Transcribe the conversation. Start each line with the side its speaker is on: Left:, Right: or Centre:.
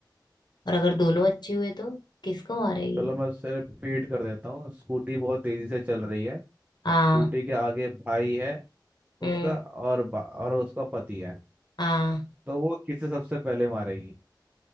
Left: और अगर दोनों अच्छे हुए तो किसको मारेगी
Right: चलो मैं उसे रिपीट कर देता हूँ स्कूटी बहुत तेजी से चल रही है
Left: हाँ
Right: स्कूटी के आगे भाई है
Left: हम्म
Right: उसका और बा, और उसका पति है
Left: हाँ
Right: तो वो किसे सबसे पहले मारेगी